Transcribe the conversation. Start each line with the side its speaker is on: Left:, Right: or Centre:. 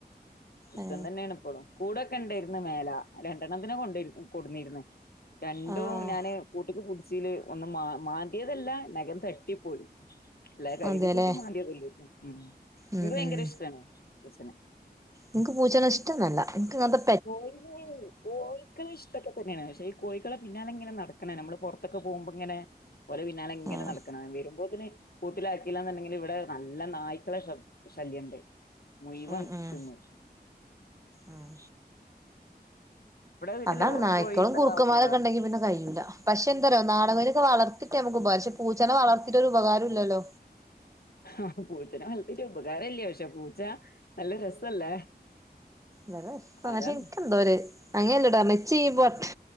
Left: ഇഷ്ട്ടം
Right: ഏ
Left: തന്നെയാണ് ഇപ്പളും കൂടൊക്കെണ്ടാര്ന്നു മേല ര പിന്നെന്തിനാ കൊണ്ടര് കൊട്ന്നരുന്നേ രണ്ടും
Right: ആഹ്
Left: ഞാന് കൂട്ടിക്ക് കൂ ച്ചില് ഒന്ന് മാ മാൻ ഏതല്ല നഖം തട്ടിപ്പോയി കരുതി
Right: അതെല്ലേ
Left: കൂട്ടി മാന്തിയതല്ലാരുന്നു ഉം
Right: ഉം
Left: നിക്ക് ഭയങ്കര
Right: ഉം
Left: ഇഷ്ടാണ് ഇച്ചന
Right: എനിക്ക് പൂച്ചേന ഇഷ്ടംന്നല്ല എനിക്ക്ങ്ങനത്ത
Left: കോഴികള് കോഴിക്കള് ഇഷ്ടക്കെ തന്നെയാണ് പക്ഷെ ഈ കോഴികളെ പിന്നാലെ ഇങ്ങനെ നടക്കണ നമ്മള് പുറത്തൊക്കെ പോകുമ്പോ ഇങ്ങനെ പോലെ പിന്നാലെ ഇങ്ങനെ
Right: ഉം
Left: നടക്കണ വരുമ്പോതിന് കൂട്ടിലാക്കല്ലാന്നുണ്ടെങ്കിൽ ഇവിടെ നല്ല നായ്ക്കള ശല്യണ്ട് മുഴുവം
Right: ഉം ഉം
Left: തിന്നും
Right: ഉം
Left: വീട്ടില്
Right: അതാണ് നായ്ക്കോളും
Left: കോഴിയും താറാവൊക്കെ
Right: കുറുക്കമാരൊക്കെ
Left: ഉണ്ടോ
Right: ണ്ടെങ്കി പിന്നെ കയൂല്ല പക്ഷെ എന്താറയാ നാടകം വളർത്തിട്ട് നമുക്ക് ഉപകാര പക്ഷേ പൂച്ചനെ വളർത്തിട്ട് ഉപകാരം ഇല്ലല്ലോ
Left: ആഹ പൂച്ചനെ വളർത്തിട്ട് ഉപകാരല്ലേ പക്ഷെ പൂച്ച നല്ല രസല്ലേ
Right: വ രസ പക്ഷെ
Left: അതാണ്
Right: എനിക്കെന്തോ ര് അങ്ങനെല്ലടാ ന്ന് ചീ പോത്ത്